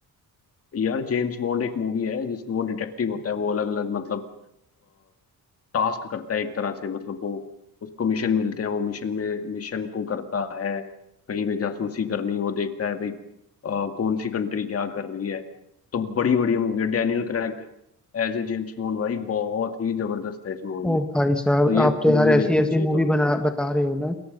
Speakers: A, on the left; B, in the centre.
A: यार जेम्स बॉन्ड एक मूवी है जिसमें वो डिटेक्टिव होता है वो अलग अलग मतलब टास्क करता है एक तरह से मतलब वो उसको मिशन मिलते हैं वो मिशन में मिशन को करता है कहीं पे जासूसी करनी वो देखता है भाई अ, कौन सी कंट्री क्या कर रही है तो बड़ी बढ़िया मूवी है Daniel Craig as a James Bond भाई बहुत ही जबरदस्त है इस मूवी
B: ओ
A: में
B: भाई साहब
A: तो ये
B: आप तो
A: मूवी
B: यार ऐसी
A: देखनी
B: ऐसी
A: चाहिए
B: मूवी
A: तुम्हें
B: बना बता रहे हो ना